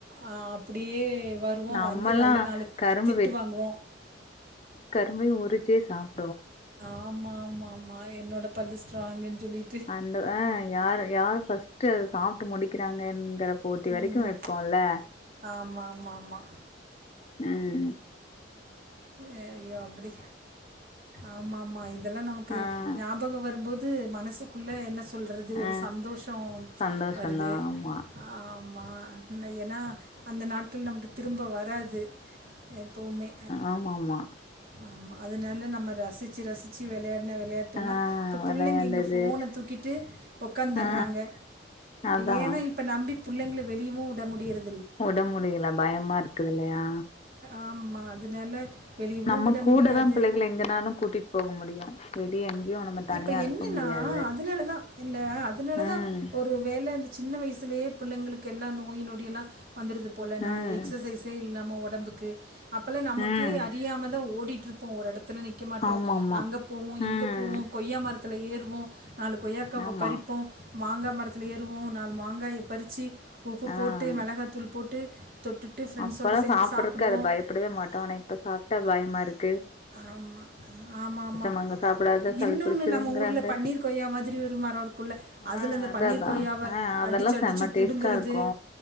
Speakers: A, on the right (about 50°); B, on the left (about 35°).
A: ஆ அப்டியே வருவோம்
B: நம்மல்லா
A: வந்து நல்லா நாலு
B: கரும்பு
A: திட்டு வாங்குவோம்
B: ம்பையும் உரிச்சி சாப்
A: ஆமா ஆமா ஆமா என்னோட பல்லு ஸ்ட்ராங்கன் சொல்லிட்
B: அந்த ஆஹ் யார் யார் ஃபஸ்ட்டு அத சாப்ட்டு முடிக்கிறாங்கங்குற போட்டி வரைக்கும்
A: ம்.
B: வைப்போம்ல
A: ஆமா ஆமா ஆமா
B: உம்
A: ஏ ஐயோ அப்டி ஆமா ஆமா இதெல்லாம் நமக்கு
B: ஆ
A: ஞாபகம் வரும்போது து மனசுக்குள்ள என்ன சொல்றது
B: ஆ
A: ஒரு சந்தோஷம்
B: சந்தோஷந்தா
A: வருது
B: ஆமா
A: ஆ ஆமா ஏனா அந்த நாட்கள் நமக்கு திரும்ப வராது எப்பவுமே
B: ஆம ஆமாம்
A: ஆ அதனால நம்ம ரசிச்சு ரசிச்சத்து விளையாட என்ன விளையாட்டு எல்லாம்
B: ஆ
A: இப்ப
B: வெளையாண்டது
A: பிள்ளைங்க இங்க போன தூக்கிட்டு உக்காந்துர்றாங்க
B: ஆ அதா
A: ஏன்னா இப்ப நம்பி பிள்ளைங்கள வெளியவும் விட முடிறது
B: உட முடியல பயமா இருக்குது இல்லையா
A: ஆமாம் அதனால வெளியவும்
B: நம்ம
A: விட
B: கூட
A: முடியாது
B: தா பிள்ளைகள எங்கனாலு கூட்டிட்டு போக முடியு வெளிய எங்கேயு நம்ம தனியா
A: இப்ப
B: அனுப்ப
A: என்னன்னா
B: முடியாது
A: அதனாலதா இல்ல அதனாலதா
B: ம்
A: ஒரு வேல இந்த சின்ன வயசுலயே பிள்ளைகளுக்கு எல்லா நோய் நொடி எல்லா வந்துடுது போல நா
B: ம்
A: எக்ஸசைஸே இல்லாம உடம்புக்கு அப்ப அப்பல்லாம் நமக்கே
B: ம்
A: அறியாம தா ஓடிட்டு இருப்போம் ஒரு இடத்துல நிற்க மாட்டோம்
B: ஆமாமா
A: அங்கே போவோம் இங்கே
B: ம்
A: போவோம் கொய்யா மர அல ஏறுவோம் நாலு கொய்யாக்க
B: ஆமா
A: பறிப்போம் மாங்கா மரத்தில ஏறுவோம் நாலு மாங்காயை பரிசி உப்பு போட்டு
B: ஆ
A: மிளகாத்தூள் போட்டு தொட்டுட்டு ஃப்ரெண்ட்ஸோட
B: அப்பல்லா
A: சேர்ந்து
B: சாப்பிட்றக்கு
A: சாப்பிடுவோம்
B: அத பயப்படவே மாட் ஆனா இப்ப சாப்ட்டா பயமா இருக்
A: ஆமா ஆமா ஆமா
B: மாங்கா சாப்டாத சளி
A: இன்னொன்னு
B: பிடிச்சிருங்கிறாங்க
A: நம்ம ஊர்ல பன்னீர் கொய்யா மாதிரி ஒருமர இருக்குல்ல அதுல
B: ஆ
A: இந்த
B: அத
A: பன்னீர்
B: அதா
A: கொய்யாவ
B: ஆ அதெல்லா
A: அடிச்சு அடிச்சு
B: செம்ம
A: புடுங்குறது
B: டேஸ்ட்டா இருக்கு